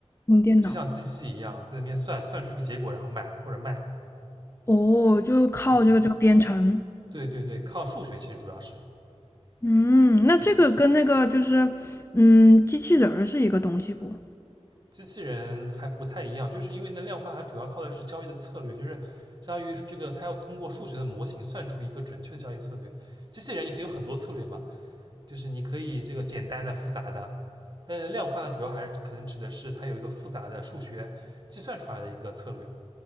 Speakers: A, on the left (about 20°); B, on the right (about 40°).
A: 用电脑。
B: 就像机器一样在那边算算出一个结果，然后买或者卖。
A: 哦，就靠这个这个编程，
B: 嗯，对对对，靠数学其实主要是，
A: 嗯，那这个跟那个就是，
B: 嗯
A: 嗯，机器人儿是一个东西不？
B: 机器人还不太一样，就是因为那量化它主要靠的是交易的策略，就是相当于这个它要通过数学的模型算出一个准确的交易策略。机器人你可以有很多策略嘛，就是你可以这个简单的、复杂的，但是量化呢，主要还是可能指的是它有一个复杂的数学计算出来的一个策略